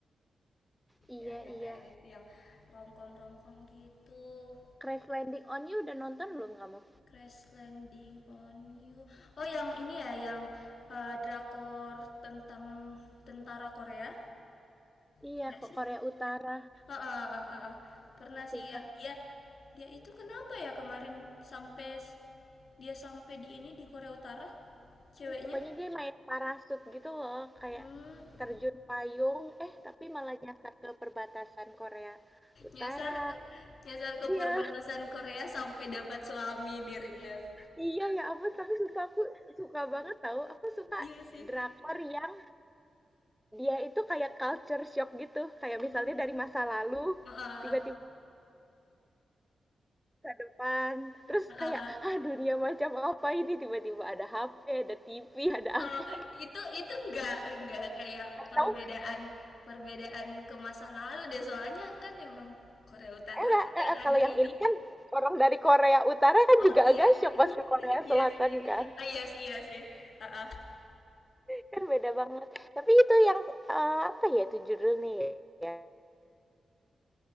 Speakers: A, in the centre; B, on the left.
A: Iya
B: Ya, yang
A: iya.
B: kayak gitu, yang romcom romcom gitu.
A: Crash Landing on You udah nonton belum kamu?
B: Crash Landing on You. Oh, yang ini ya, yang eh, drakor tentang tentara Korea.
A: Iya,
B: Ya enggak
A: kok
B: sih?
A: Korea Utara.
B: Heeh, heeh, heeh. Pernah
A: Ih, Sumpah.
B: sih ya. Dia dia itu kenapa ya kemarin sampai s- dia sampai di ini di Korea Utara ceweknya?
A: Ih, pokoknya dia main parasut gitu loh, kayak
B: Hmm,
A: terjun payung, eh tapi malah nyasar ke perbatasan Korea Utara.
B: nyasar ke nyasar ke
A: Iya,
B: perbatasan Korea sampai dapat suami di real life
A: iya ya ampun, tapi sumpah aku suka banget tahu. Aku suka
B: iya sih
A: drakor yang dia itu kayak culture shock gitu, kayak misalnya
B: Heeh,
A: dari masa lalu
B: heeh.
A: tiba-tiba ke depan. Terus
B: Heeh.
A: kayak, ah dunia macam apa ini? Tiba-tiba ada HP, ada TV, ada
B: Oh,
A: apa.
B: itu itu enggak enggak kayak perbedaan
A: Tahu,
B: perbedaan ke masa lalu deh soalnya kan emang Korea Utara
A: eh, nggak
B: tuh
A: eh,
B: yang
A: eh,
B: agak
A: kalau yang
B: ini
A: ini kan orang dari Korea Utara kan
B: oh
A: juga
B: iya
A: agak shock pas
B: <laughs>
A: ke Korea
B: iya
A: Selatan
B: sih
A: kan.
B: Ah, iya sih iya sih Heeh.
A: Kan beda banget. Tapi itu yang, eh, apa ya itu judulnya ya?